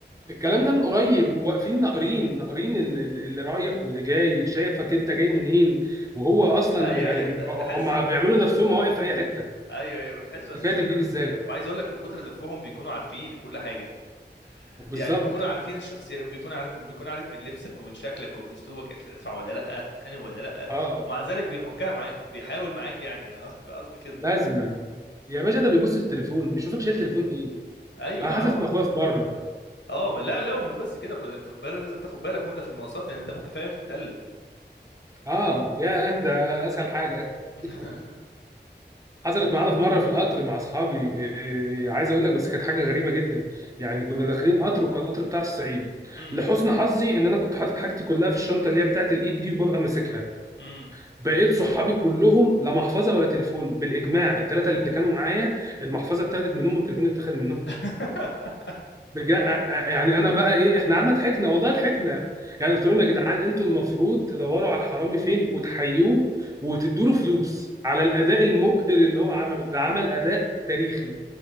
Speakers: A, on the right; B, on the left.
A: الكلام ده من قريب واقفين ناقرين ناقرين اللي, اللي رايح واللي جاي شايفك انت جاي منين وهو اصلا
B: ايوه
A: يعني
B: ايوه
A: بيبقى-
B: ت- تحس
A: هم بيعملوا نفسهم مواقف في اي حته
B: ايوه ايوه وتحسوا اساسا
A: حكايتك
B: انه
A: دي بالذات
B: وعايز اقول لك من كتر لفهم بيكونوا عارفين كل حاجه
A: وبالظبط
B: يعني بيكونوا عارفين الشخصيه بيكون عارف بيكون عارف من لبسك ومن شكلك ومن اسلوبك انت هتدفع ولا لا هتتخانق ولا لا
A: اه
B: ومع ذلك بيحكها معاك بيحاول معاك يعني <laughs> قصدي كده
A: لازما يا باشا ده بيبص التليفون بيشوفك شايل
B: امم
A: تليفون ايه
B: ايوه
A: انا
B: ما
A: حصلت
B: هو
A: مع اخويا في مره
B: اه لا لا ومش بس كده خد- في القاهره لازم تاخد بالك وانت في المواصلات لان انت ممكن في اي وقت تتقلب
A: اه يا ده اسهل حاجه
B: <laughs>
A: <laughs> حصلت معانا في مره في القطر مع اصحابي إيه، عايز اقول لك بس كانت حاجه غريبه جدا يعني كنا داخلين قطر وكان قطر بتاع الصعيد
B: امم
A: لحسن حظي ان انا كنت حاطط حاجتي كلها في الشنطه اللي هي بتاعت الايد دي وببقى ماسكها
B: امم
A: بقيت صحابي كلهم لا محفظه ولا تليفون بالاجماع الثلاثه اللي كانوا معايا المحفظه اتاخدت منهم والتليفون اتاخد منهم
B: <laughs>
A: بجا... يعني انا بقى ايه احنا قعدنا ضحكنا والله ضحكنا يعني قلت لهم يا جدعان انتوا المفروض تدوروا على الحرامي فين وتحيوه وتدوا له فلوس على الاداء المبهر اللي هو عمله ده عمل اداء تاريخي